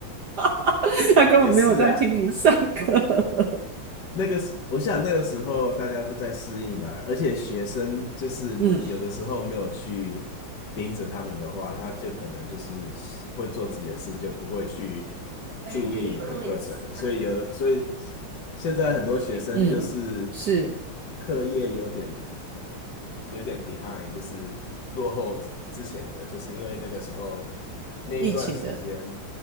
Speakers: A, on the right; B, on the left.
A: <laughs> 他根本没有在听你上课。
B: 也是啊，
A: <laughs>
B: 那个时，我想那个时候大家都在适应嘛，而且学生就是你有的时候没有去盯着他们的话，
A: 嗯。
B: 他就可能就是会做自己的事，就不会去
A: Elise.
B: 注意你的课程，所以有的所以现在很多学生就是
A: 嗯，是
B: 课业有点有点 behind，就是落后之之前的，就是因为那个时候那一段时间，
A: 疫情的。